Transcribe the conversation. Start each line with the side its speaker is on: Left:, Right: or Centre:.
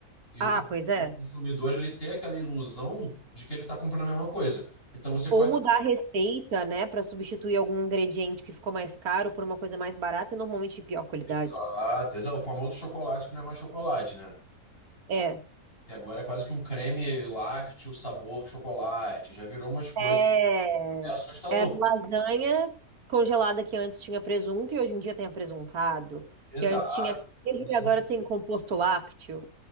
Left: E
Right: Ah,
Left: o con-
Right: pois é.
Left: o consumidor, ele tem aquela ilusão de que ele está comprando a mesma coisa. Então, você
Right: Ou
Left: pode...
Right: mudar a receita, né, Pra substituir algum ingrediente que ficou mais caro por uma coisa mais barata e normalmente de pior qualidade.
Left: Exato, exato. O famoso chocolate que não é mais chocolate, né?
Right: É.
Left: e agora é quase que um creme lácteo, sabor chocolate. Já virou umas coisas.
Right: É,
Left: É assustador.
Right: era lasanha congelada que antes tinha presunto e hoje em dia tem apresuntado,
Left: Exato.
Right: que antes tinha queijo
Left: Esse-
Right: e agora tem composto lácteo.